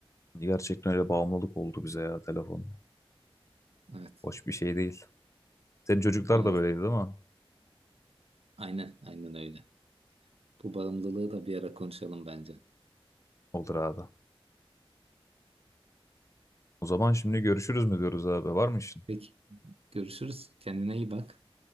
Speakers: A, on the left; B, on the right.
A: Gerçekten öyle bağımlılık oldu bize ya telefon.
B: Evet.
A: Hoş bir şey değil. Senin çocuklar
B: Maalesef.
A: da böyleydi değil mi?
B: Aynen, aynen öyle. Bu bağımlılığı da bir ara konuşalım bence.
A: Olur abi. O zaman şimdi görüşürüz mü diyoruz abi? Var mı işin?
B: Peki. Görüşürüz. Kendine iyi bak.